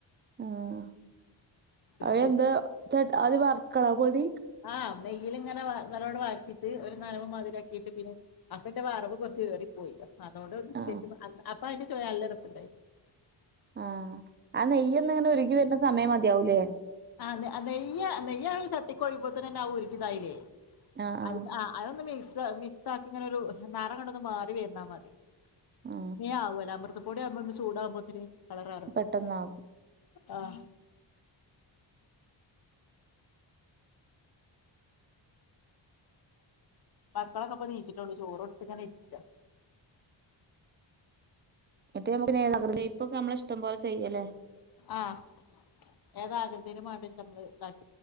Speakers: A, on the right (about 25°); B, on the left (about 50°).
A: ആഹ്
B: ബിസ്ക്കറ്റ്
A: അത് എന്താ ചട്ട് അത് വർക്കണോ പൊടി
B: ആഹ് നെയ്യല്ങ്ങനെ നല്ലോട് വർക്കിട്ട് ഒരു നനവ് മാതിരി ആക്കീട്ട് പിന്നെ അപ്പന്റെ വറവ് കൊർച്ച് ഏറിപ്പോയി അതോണ്ട് ഒരു ബിസ്കറ്റ്
A: ആ
B: അപ അപ്പ ഐൻ്റെ ചൊയ നല്ല രസണ്ടായി
A: ആഹ് ആ നെയ്യൊന്ന്ങ്ങനെ ഉരുകി വെര്ന്ന സമയം മതിയാവൂലേ
B: ആ നെയ്യാ നെയ്യാ ചട്ടിക്കൊഴിമ്പോത്തിനെന്നെ അത് ഉരികി ഇതായില്ലേ
A: ആ ആ
B: അയ്ന ആഹ് അതൊന്ന് മിക്സ മിക്സാക്കി ഇങ്ങനൊരു നറങ്ങട്ടൊന്ന് മാറി വെര്ന്നാ മതി
A: ആ
B: മേം ആവോലോ അമൃതപ്പൊടി ആവ്മ്പോ ഒന്ന് ചൂടാകുമ്പോത്തിന് കളറ്‌മാറും
A: പെട്ടെന്നാകും
B: ആഹ് മക്കളൊക്കെ ഇപ്പൊ നീച്ച്ട്ടൊള്ളൂ ചോറ് കൊടുത്ത്ങ്ങനെ ഇരിക്കാ
A: എന്നിട്ട് നമ്മക്ക് ഏതാകൃതി ശൈപ്പൊക്കെ നമ്മളെ ഇഷ്ടം പോലെ ചെയ്യല്ലേ
B: ആഹ് ഏതാകൃതീല് മാണ്ടേച്ചാ നമ്മള് ഇതാ